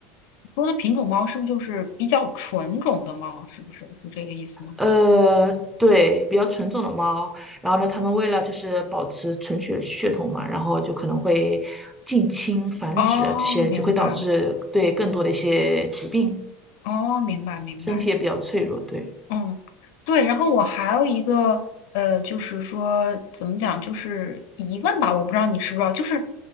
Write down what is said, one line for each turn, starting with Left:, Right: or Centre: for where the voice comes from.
Left: 说的品种猫是不是就是比较纯种的猫？是不是是这个意思吗？
Centre: 呃，对，比较纯种的猫。然后呢，它们为了就是保持纯血血统嘛，然后就可能会近亲繁殖啊，
Left: 哦，
Centre: 这些就会导致对更多的一些疾病，
Left: 明白，哦，明白，明白。
Centre: 身体也比较脆弱。对。
Left: 嗯，对，然后我还有一个呃，就是说怎么讲，就是疑问吧，我不知道你知不知道，就是